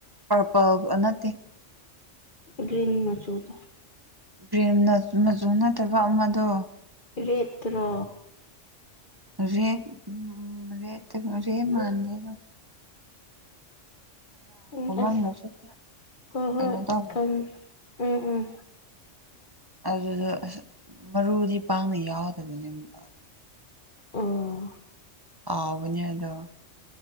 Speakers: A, on the right (about 20°); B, on the left (about 40°).
A: ꯄꯔꯄꯜ ꯅꯠꯇꯦ
B: ꯒ꯭ꯔꯤꯟ ꯃꯆꯨꯗ
A: ꯄ꯭ꯔꯦꯝꯅ ꯆꯨ ꯃꯆꯨ ꯅꯠꯇꯕ ꯑꯃꯗꯣ
B: ꯔꯦꯠꯇꯨꯔꯣ
A: ꯔꯦꯠ ꯔꯦꯠꯇꯤ ꯃꯥꯥꯟꯗꯦꯗ
B: ꯎꯝ ꯑꯁ
A: ꯑꯃꯨꯛꯁꯨ ꯈꯔ
B: ꯍꯣꯏ ꯍꯣꯏ
A: ꯀꯩꯅꯣ ꯇꯧꯋꯦ
B: ꯈꯪꯏ ꯎꯝ ꯎꯝ
A: ꯑꯗꯨꯗꯣ ꯑꯁ ꯃꯔꯨꯗꯤ ꯄꯥꯛꯅ ꯌꯥꯎꯗꯕꯅꯦꯕ
B: ꯎꯝ
A: ꯍꯥꯎꯕꯅꯦ ꯑꯗꯣ